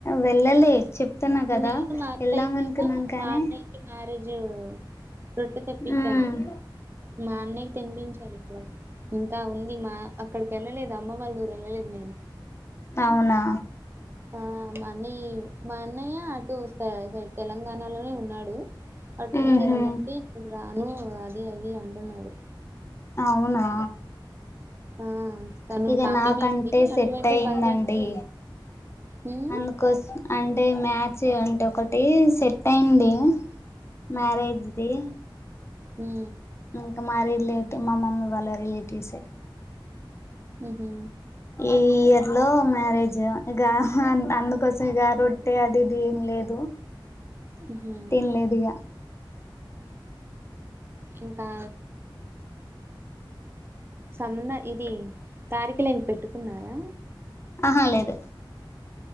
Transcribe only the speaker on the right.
నీకు మా అత్తయ్యకైనా
మా అన్నే మ్యారేజ్ రొట్ట తెప్పించాను.
మాఅన్నయ్య కి తినిపించారు ఇక్కడ. ఇంకా ఉంది మా, అక్కడికి వెళ్ళలేదు అమ్మ వాళ్ళ ఊరు వెళ్ళలేదు నేను.
ఆ మా అన్ని మా అన్నయ్య అటు తెలంగాణలోనే ఉన్నాడు. అట్నుంచి
రమ్మంటే రాను అది అది అంటున్నాడు.
ఆ తను
టాపీ
మేస్త్రి
అటువైపే
పని చేస్తూ హ్మ్
మ్
ఉహు
ఉహు
ఇంకా సంబంద ఇది తారిఖులని పెట్టుకున్నారా?